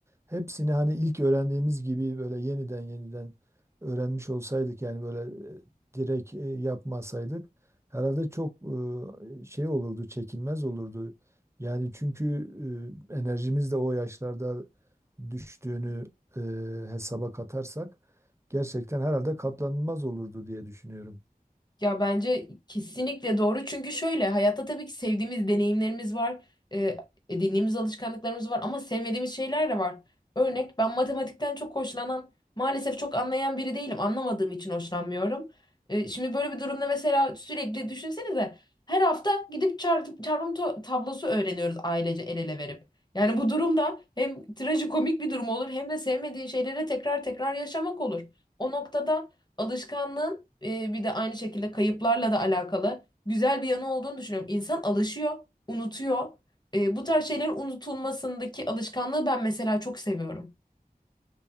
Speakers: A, on the right (about 15°); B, on the left (about 25°).
A: Hepsini hani ilk öğrendiğimiz gibi böyle yeniden yeniden öğrenmiş olsaydık yani böyle e, direkt e, yapmasaydık herhalde çok e, şey olurdu, çekilmez olurdu. Yani çünkü e, enerjimiz de o yaşlarda düştüğünü e, hesaba katarsak gerçekten herhalde katlanılmaz olurdu diye düşünüyorum.
B: Ya bence kesinlikle doğru. Çünkü şöyle hayatta tabii ki sevdiğimiz deneyimlerimiz var. E, edindiğimiz alışkanlıklarımız var ama sevmediğimiz şeyler de var. Örnek ben matematikten çok hoşlanan maalesef çok anlayan biri değilim. Anlamadığım için hoşlanmıyorum. E, şimdi böyle bir durumda mesela sürekli düşünsenize her hafta gidip çarp- çarpım to- tablosu öğreniyoruz ailece el ele verip. Yani bu durumda hem trajikomik bir durum olur hem de sevmediğin şeyleri tekrar tekrar yaşamak olur. O noktada Alışkanlığın e, bir de aynı şekilde kayıplarla da alakalı güzel bir yanı olduğunu düşünüyorum. İnsan alışıyor, unutuyor. E, bu tarz şeylerin unutulmasındaki alışkanlığı ben mesela çok seviyorum.